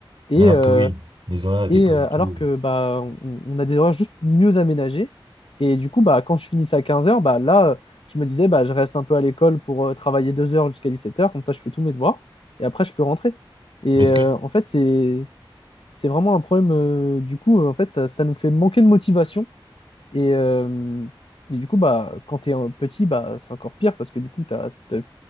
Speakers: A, on the left; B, on the right.
A: Et,
B: Alors
A: euh,
B: que oui, les horaires étaient
A: et
B: pas
A: euh,
B: du tout...
A: alors que bah, on, on a des horaires juste mieux aménagés. Et du coup, bah, quand je finissais à 15 heures bah, là, euh, je me disais, bah, je reste un peu à l'école pour euh, travailler 2 heures jusqu'à 17 heures comme ça je fais tous mes devoirs, et après je peux rentrer. Et
B: euh, Est-ce
A: euh,
B: que...
A: en fait, c'est, c'est vraiment un problème. euh, du coup, euh, en fait, ça, ça nous fait manquer de motivation. Et, euh, et du coup, bah, quand t'es euh, petit, bah, c'est encore pire parce que du coup, t'as, t'as